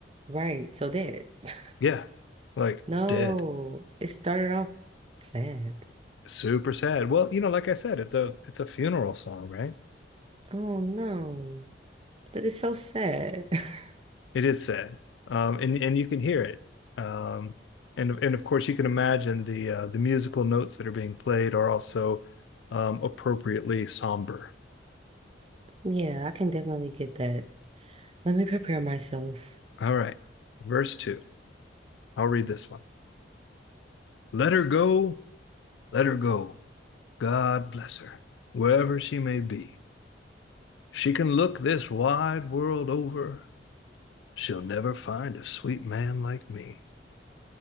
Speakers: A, on the right (about 30°); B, on the left (about 75°).
A: Right, so dead. <laughs>
B: Yeah, like
A: No,
B: dead.
A: it started off sad.
B: Super sad. Well, you know, like I said, it's a it's a funeral song, right?
A: Oh no. But it's so sad. <laughs>
B: It is sad. Um, and and you can hear it. Um, and and of course you can imagine the uh, the musical notes that are being played are also um, appropriately somber.
A: Yeah, I can definitely get that. Let me prepare myself.
B: All right, verse two. I'll read this one. Let her go Let her go. God bless her, wherever she may be. She can look this wide world over. She'll never find a sweet man like me.